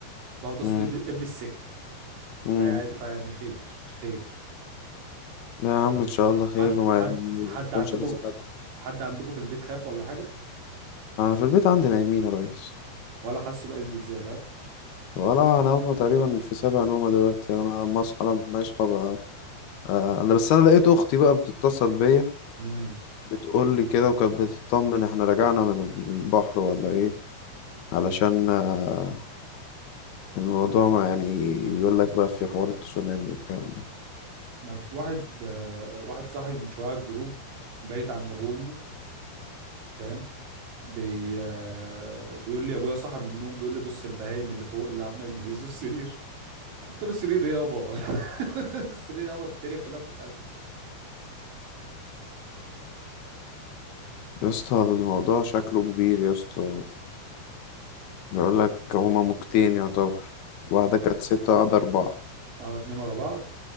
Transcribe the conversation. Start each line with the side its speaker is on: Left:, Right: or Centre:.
Right: البحر المتوسط
Left: امم
Right: قبلي قبلي السكه
Left: امم
Right: فيعني فيعني خير خير
Left: لا
Right: اه
Left: يا عم ان شاء الله
Right: حد
Left: خير وما
Right: حد
Left: يعني
Right: حد
Left: يكونش
Right: عندكم
Left: لازم حد
Right: حد عندكم في البيت خاف ولا حاجه
Left: انا في البيت عندي نايمين يا ريس
Right: ولا حسوا باي زلزال ها
Left: ولا انا هما تقريبا في سابع نومة دلوقتي يعني انا لما اصحى لما يصحى آه، انا بس انا لقيت اختي بقى بتتصل بيا
Right: امم
Left: بتقول لي كده وكانت بتطمن احنا رجعنا من البحر ولا ايه علشان آه، الموضوع ما يعني بيقول لك بقى في حوار التسونامي والكلام ده
Right: انا في واحد آه، واحد صاحبي من شويه على الجروب بيت عند ابوه وامه فاهم بي... آه، بيقول لي ابويا صحى من النوم بيقول لي بص البهايم اللي فوق اللي عمالين يهزوا السرير <laughs> قلت له السرير ايه يابا <laughs> السرير يابا الدنيا كلها بتتهز
Left: يا اسطى الموضوع شكله كبير يا اسطى بيقول لك هما موجتين يعتبر واحدة كانت ستة واحدة أربعة
Right: اه اتنين ورا بعض